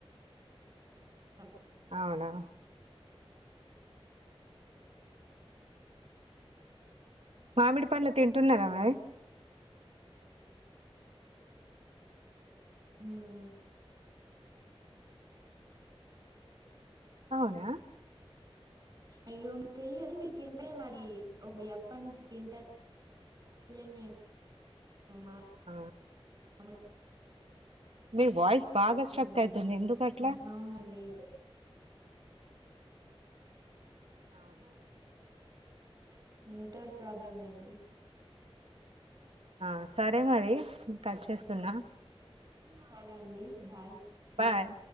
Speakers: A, on the right; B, on the right.
A: త్తం
B: అవునా మామిడి పండ్లు తింటున్నారా మరి
A: హ్మ్
B: అవునా
A: మామిడి పండ్లు తింటున్నారా అయ్యో తెలియదండి తింటా మరి ఒక అప్పటి నుంచి తింటారు ఏల లేము మా
B: ఆ
A: అమర్
B: మీ వాయిస్ బాగా
A: <unintelligible>
B: స్ట్రక్ అయితుంది ఎందుకట్లా
A: అవునండి
B: అవునా
A: నెట్వర్క్ ప్రాబ్లమే అండి
B: ఆ సరే మరి కట్ చేస్తున్నా
A: సరే అండి బాయ్
B: బాయ్